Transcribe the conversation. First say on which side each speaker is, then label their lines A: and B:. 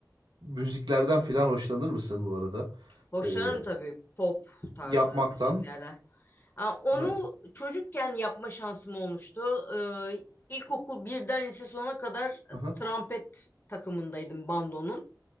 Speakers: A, on the right (about 85°); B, on the left (about 30°).
A: müziklerden filan hoşlanır mısın bu arada?
B: Hoşlanırım
A: Ee,
B: tabii pop tarzı
A: yapmaktan.
B: müziklerden. Ha, Onu
A: ha-
B: çocukken yapma şansım olmuştu. Ee, İlkokul birden lise sona kadar
A: hı hı,
B: trompet takımındaydım bandonun.